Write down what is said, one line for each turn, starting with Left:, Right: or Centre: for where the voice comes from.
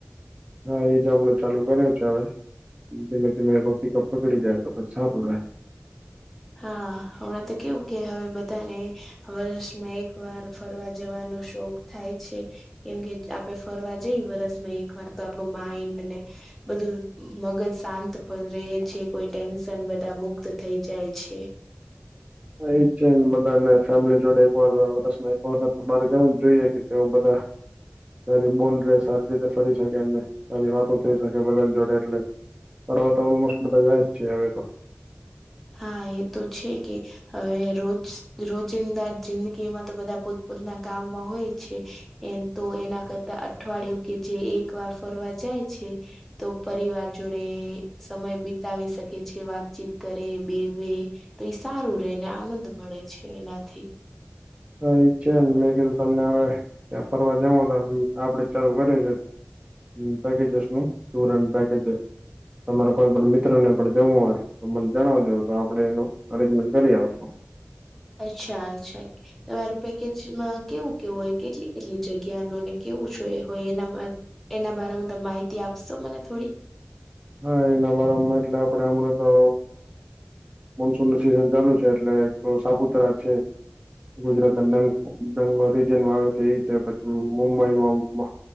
Right: હા, એ જ હમણા ચાલુ કરે છે હવે, ધીમે ધીમે પિકઅપ પકડી જાય તો પછી સારું રહે.
Centre: હા, હમણાં કેવું કે હવે બધાને વર્ષમાં, એક વાર ફરવા જવાનો શોખ થાય છે. કેમ કે, આપડે ફરવા જઈ, વરસમાં એક વાર તો આપણું માઈન્ડ ને- બધું, મગજ શાંત રહે છે. કોઈ ટેન્શન બધા મુક્ત થઈ- જાય છે
Right: એજ છેને બધાને ફેમલી જોડે એક વાર વરસમાં એક વાર બારે જવું જ જોઈએ કે કેવું બધા <unintelligible> રે સારી રીતે ફરી શકે અને અને વાતો થઈ શકે બધાન જોડે એટલે ફરવા તો ઓલમોસ્ટ બધા જાય જ છે હવે તો
Centre: હા એ તો છે કે હવે રોજ રોજિંદા જિંદગીમાં તો બધા પોતપોતના કામમાં હોય છે એ તો એના અઠવાડિયું કે જે એક વાર ફરવા જાય છે તો પરિવાર જોડે સમય બિતાવી શકે છે વાતચીત કર રે બેવે તે ઈ સારું રેને આનંદ મળે છે એનાથી
Right: હા એ છે ને મેં કીધું તમને ફરવા જવું હોય તો આપડે ચાલુ <unintelligible> પેકેજિસનું ટુર એન્ડ પેકેજ એ તમારે કોઈ પણ મિત્રને પણ જવું હોય તો મન જણાવજો તો આપડે એનો અરજમેન્ટ કરી આવશું.
Centre: અચ્છા અચ્છા. તમારે પેકેજમાં કેવું કેવું હોય કેટલી કેટલી જગ્યાનો ને કેવું જો હોય એના મા એના બારામાં તમે માહિતી આપશો મને થોડી
Right: હાં એનામાં મતલબ આપડે હમણાં તો મોનસૂનનું સિઝન ચાલુ છે એટલે <unintelligible> સાપુતારા છે. ગુજરાતના ડંગ ડંગના રીજનમાં આવે છે ઈ છે પછી મુંબઈમાં મા